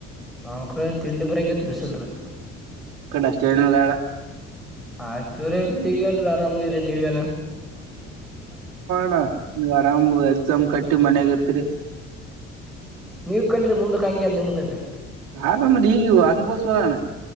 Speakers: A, in the centre; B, on the right.
A: ನ ಕೂಡ ತಿಂಡಿಮರಂಗ ಬಿಸಿಲ್ ರ
B: ಡಸ್ಟ್ಬೇನ್ಲ್ಲಡ
A: ಆಯ್ತುರೀ ಹಗೇನ್ರೀ ಆರಾಮ್ರ ನೀವ ನ
B: ಣ ನೀವ್ ಆರಾಮು ಎಕ್ಸಾಮ್ ಕಟ್ಟಿ ಮನಾಗ ಇರ್ತೀರಿ
A: ನೀವು ಕಲ್ರಿ ಮುಂದಕ್ಕೆ ಹಂಗೆ ನಿಮದೇ ಭೀ
B: ಆದಮ್ಮಗ ಅನುಬೋಸ್ರಣ